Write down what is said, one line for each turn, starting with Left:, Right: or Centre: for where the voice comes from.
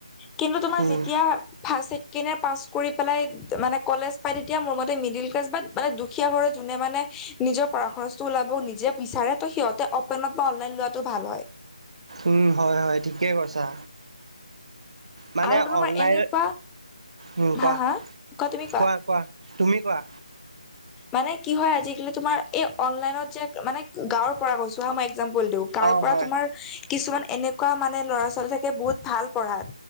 Centre: কিন্তু তোমাৰ
Right: উম
Centre: যেতিয়া ভাল কিনে পাছ কৰি পেলাই মানে কলেজ পাই তেতিয়া মোৰ মতে মিডিল ক্লাছ ব মানে দুখীয়া ঘৰৰ যোনে মানে নিজৰ পঢ়া খৰচটো ওলাবও নিজে বিচাৰে ত' সিহঁতে অপেনত বা অনলাইন লোৱাতটো ভাল হয়।
Right: উম, হয় - হয় ঠিকে কৈছা। মানে
Centre: আৰু তোমাৰ
Right: অনলাইন
Centre: এনেকুৱা
Right: উম,
Centre: হা
Right: কোৱা-কোৱা-কোৱা
Centre: হা কোৱা তুমি কোৱা।
Right: তুমি কোৱা?
Centre: মানে কি হয় আজিকালি তোমাৰ এই অনলাইনত যে মানে গাঁৱৰ পৰা কৈছো হা মই একজাম্পুল টো গাঁৱৰ
Right: অ
Centre: পৰা
Right: হয়
Centre: তোমাৰ কিছুমান এনেকুৱা মানে ল'ৰা ছোৱালী থাকে বহুত ভাল পঢ়াত